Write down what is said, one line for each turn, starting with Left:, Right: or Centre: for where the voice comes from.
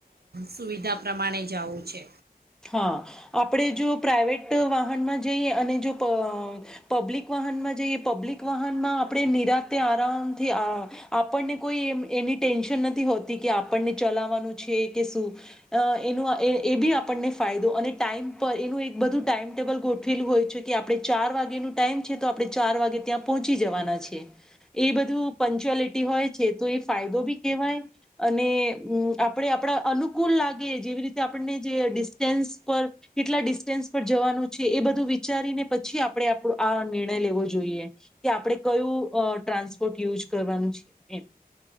Right: સુવિધા પ્રમાણે જવું છે.
Centre: હા આપણે જો પ્રાઈવેટ વાહનમાં જઈએ અને જો પબ્લિક વાહનમાં જઈએ પબ્લિક વાહનમાં આપણે નિરાતે આરામથી આપણને કોઈ એની ટેન્શન નથી હોતી કે આપણને ચલાવાનું છે, કે શુંનું એ બી આપને ફદો અને ટાઈમ પર એનું એક બધું ટાઈમ ટેબલ ગોઠવેલું હોય છે કે આપણે ચાર વાગેનું ટાઈમ છે તો આપણે ચાર વાગે ત્યાં પહોંચી જવાના છે. એ બધું <unintelligible> હોય છે, તો એ ફાયદો બી કેહેવાય અને આપણે આપણા અનુકૂળ લાગે જેવી રીતે આપણને જે <unintelligible> પર કેટલા ડિસ્ટન્સ પર જવાનું છે, એ બધું વિચારીને પછી આપણે આપ આ નિર્ણય લેવો જોઈએ કે આપણે કયું ટ્રાન્સપોર્ટ યુઝ કરવાનું છે. એમ.